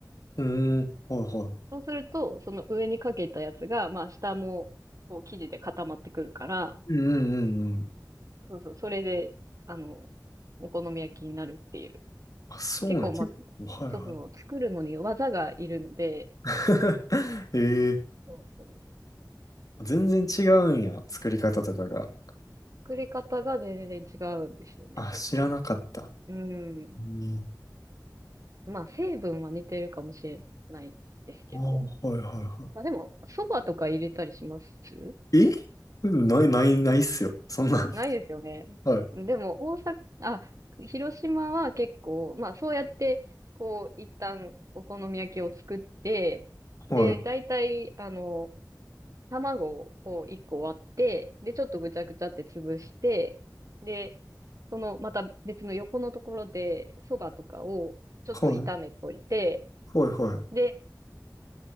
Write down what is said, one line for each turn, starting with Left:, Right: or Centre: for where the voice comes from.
Left: うん、はいは
Right: そうすると、その上にかけたやつが、まあ、下も、こう、生地で固まってくるから、
Left: い。うんうんうんうん。
Right: そうそう、それで、あの、お好み焼きになるっていう。
Left: あ、そうなん結構、
Right: 結構、まあ、
Left: はいは
Right: そうそう、作るのに技がいるので、
Left: い。<laughs> ええー
Right: そうそう、
Left: 全然違うんや。作り方とかが。
Right: 作り方が全然違うんですよね。
Left: あ、知らなかった。
Right: うん。
Left: うん。
Right: まあ、成分は似てるかもしれないですけど。
Left: ああ、はいはいはい。
Right: まあでも、蕎麦とか入れたりします
Left: えない、ない、ないっすよ。そんなん。
Right: ないですよね。
Left: <laughs> はい。
Right: でも、大阪、あ、広島は結構、まあそうやって、こう、一旦お好み焼きを作って、
Left: はい。
Right: で、大体、あの、卵を1個割って、で、ちょっとぐちゃぐちゃって潰して、で、その、また別の横のところで、そばとかをちょっと炒めといて、
Left: はい。はい。
Right: で、